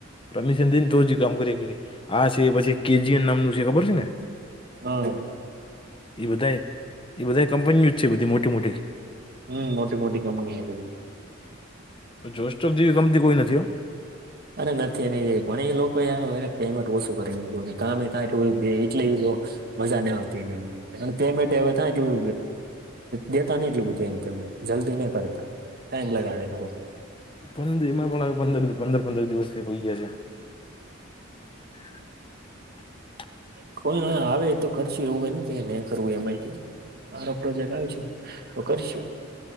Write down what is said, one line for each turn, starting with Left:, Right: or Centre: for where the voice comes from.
Left: પરમિશન દઈને તો જ કામ કરી આ છે પછી કેજીન નામનું છે ખબર છે ને.
Right: હા.
Left: એ બધા એ બધા કંપની જ છે, બધી મોટી મોટી.
Right: હમ મોટી મોટી કંપની હ બધી.
Left: જોસ્ટફ જેવી કંપની કોઈ નથી હો.
Right: અરે નથી એની પણ એ લોકો આવેને પેમેન્ટ ઓછું કરી મુયકુ ને કમેકા એટલુ. મજા ન આવતી એ તે હવે થાય કેવુ. દેતા નહી એટું બધું એમ પેમેન્ટ જલ્દી નહી કરતા ટાઈમ લગાડે લોકો.
Left: પંદર એમાં પણ પંદર પંદર પંદર દિવસ હોઈ ગયા છે, <inaudible>
Right: કોઈ આવે તો કરશું એવું ક કે ન કરવું એમાંય કે. હ રપડોજેક આવ છે, તો કરીશું.